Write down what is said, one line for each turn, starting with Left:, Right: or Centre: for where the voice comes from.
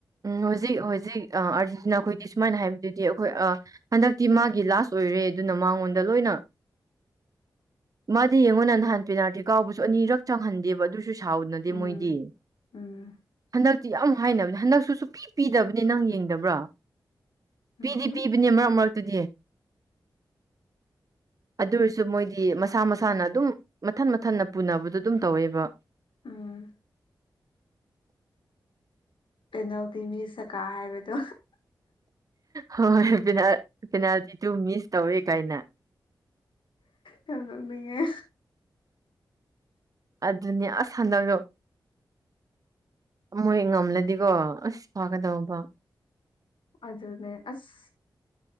Right: ꯎꯝ ꯍꯧꯖꯤꯛ ꯍꯧꯖꯤꯛ ꯑꯥꯔꯖꯦꯟꯇꯤꯅꯥ ꯈꯣꯏꯗꯤ ꯁꯨꯃꯥꯏꯅ ꯍꯥꯏꯕꯗꯨꯗꯤ ꯑꯩꯈꯣꯏ ꯑ ꯍꯟꯗꯛꯇꯤ ꯃꯥꯒꯤ ꯂꯥꯁ ꯑꯣꯏꯔꯦ ꯑꯗꯨꯅ ꯃꯉꯣꯟꯗ ꯂꯣꯏꯅ ꯃꯥꯗꯤ ꯌꯦꯡꯉꯣꯅ ꯅꯍꯥꯟ ꯄꯦꯅꯥꯜꯇꯤ ꯀꯥꯎꯕꯁꯨ ꯑꯅꯤꯔꯛ ꯆꯪꯍꯟꯗꯦꯕ ꯑꯗꯨ ꯁꯨ ꯁꯥꯎꯅꯗꯦ
Left: ꯎꯝ
Right: ꯃꯣꯏꯗꯤ
Left: ꯎꯝ
Right: ꯍꯟꯗꯛꯇꯤ ꯌꯥꯝ ꯍꯥꯏꯅꯕꯅꯦ ꯍꯟꯗꯛꯁꯨꯁꯨ ꯄꯤ ꯄꯤꯗꯕꯅꯤ ꯅꯪ ꯌꯦꯡꯗꯕ꯭ꯔꯥ
Left: ꯎꯝ
Right: ꯄꯤꯗꯤ ꯄꯤ ꯏꯅꯤ ꯃꯔꯛ ꯃꯔꯛꯇꯨꯗꯤ ꯑꯗꯨꯔꯁꯨ ꯃꯣꯏꯗꯤ ꯃꯁꯥ ꯃꯁꯥꯅ ꯑꯗꯨꯝ ꯃꯊꯟ ꯃꯊꯟꯅ ꯄꯨꯅꯕꯗꯣ ꯑꯗꯨꯝ ꯇꯧꯋꯦꯕ
Left: ꯎꯝ ꯄꯦꯅꯥꯜꯇꯤ ꯃꯤ ꯁꯀꯥ ꯍꯥꯏꯕꯗꯣ
Right: ꯍꯣꯏꯣꯏ ꯄꯦꯅꯥ-ꯄꯦꯅꯥꯜꯇꯤꯗꯨ ꯃꯤꯁ ꯇꯧꯋꯦ ꯀꯥꯏꯅ
Left: ꯌꯥꯝ ꯅꯦꯛꯅꯤꯡꯉꯦ
Right: ꯑꯗꯨꯅꯦ ꯑꯁ ꯍꯟꯗꯗꯣ ꯃꯣꯏ ꯉꯝꯂꯗꯤꯀꯣ ꯑꯁ ꯐꯥꯒꯗꯧꯕ
Left: ꯑꯗꯨꯅꯦ ꯑꯁ